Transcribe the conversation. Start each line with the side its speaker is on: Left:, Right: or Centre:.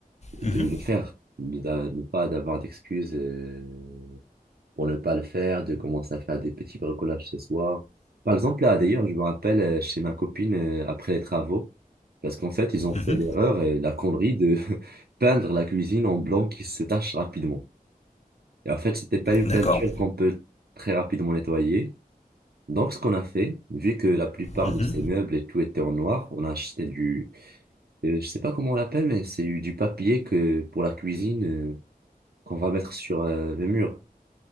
Right: de
Left: mhm,
Right: le faire, de, de ne pas d'avoir d'excuses. euh, pour ne pas le faire, de commencer à faire des petits bricolages ce soir. Par exemple, là, d'ailleurs, je me rappelle euh, chez ma copine euh, après les travaux, parce qu'en fait, ils ont fait
Left: mhm,
Right: l'erreur et la connerie de <laughs> peindre la cuisine en blanc qui se tache rapidement. Et en fait, c'était pas une
Left: d'accord.
Right: peinture qu'on peut très rapidement nettoyer. Donc, ce qu'on a fait, vu que la plupart
Left: Mhm.
Right: de ces meubles et tout était en noir, on a acheté du, euh, je sais pas comment on l'appelle, mais c'est du du papier que pour la cuisine euh, qu'on va mettre sur euh, le mur.